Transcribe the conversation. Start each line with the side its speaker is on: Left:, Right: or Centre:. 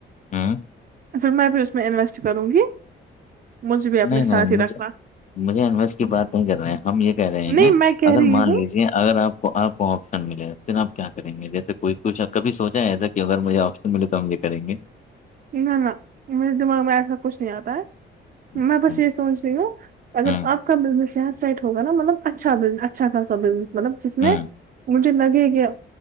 Left: ہوں
Right: پھر میں بھی ا اس میں انویسٹ کروں گی مجھے اپنے
Left: نہیں نہیں
Right: ساتھ ہی رکھنا
Left: مجھے مجھے انویس کی بات نہیں کر رہے ہیں ہم یہ کہہ رہے
Right: نہیں
Left: ہیں
Right: میں کہہ
Left: اگر
Right: رہی
Left: مان
Right: ہوں
Left: لیجے اگر آپ آپ کو آپشن ملے پھر آپ کیا کر گے جیسے کوئی کچھ کبھی سوچا ہے ایسا کہ اگر مجھے آپشن س ملے تو ہم یہ کریں گے
Right: نہ نہ مے دماغ میں ایسا کچھ نہیں آتا ہے
Left: اچھا
Right: میں بس یہ سونچ رہ ہوں اگر
Left: ہوں
Right: آپ کا بزس یہاں سیٹ ہوا نا مطلب اچھا ب اچھا خاصا بزنس مطلب جس میں
Left: ہوں
Right: مجھے لگے گیا